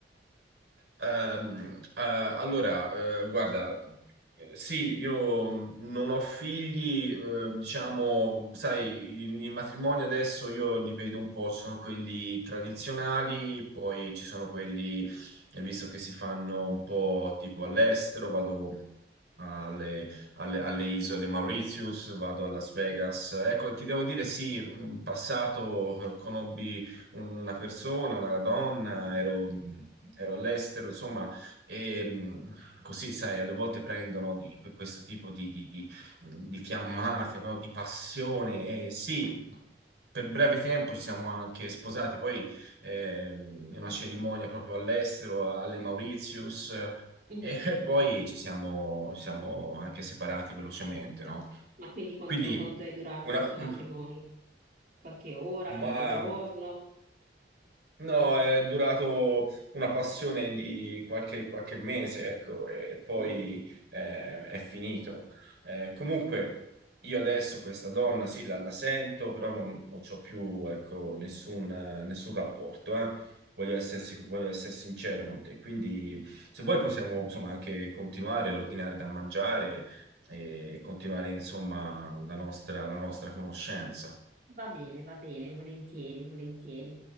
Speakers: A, on the right; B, on the right.
A: Ehm, eh, allora, eh, guarda, eh, sì, io non ho figli, eh, diciamo, sai, i, i matrimoni adesso io li vedo un po', ci sono quelli tradizionali, poi ci sono quelli, eh, visto che si fanno un po' tipo all'estero, vado alle, alle- alle isole Mauritius, vado a Las Vegas. Ecco, ti devo dire, sì, in passato eh, conobbi una persona, una donna, ero, ero all'estero, insomma, e mh, così, sai, alle volte prendono di- questo tipo di, di- di- di fiammate, no? Di passione, e sì. Per breve tempo ci siamo anche sposati, poi ehm, in una cerimonia proprio all'estero, alle Mauritius, <laughs>
B: Mhm,
A: e
B: mhm.
A: poi ci siamo, ci siamo anche separati velocemente, no?
B: Ma quindi quanto,
A: Quindi,
B: quanto è durato
A: una,
B: questo
A: un-
B: matrimonio? Qualche ora,
A: ma
B: qualche giorno?
A: No, è durato una passione di qualche, qualche mese, ecco, e poi
B: Ah,
A: eh, è finito. Eh, comunque, io adesso questa donna, sì, la, la sento, però non, non c'ho più, ecco, nessun, nessun rapporto, eh. Voglio essersi- voglio essere sincero con te. Quindi, se vuoi, possiamo, insomma, anche continuare, ordinare da mangiare e continuare, insomma, la nostra la nostra conoscenza.
B: va bene, va bene, volentieri, volentieri.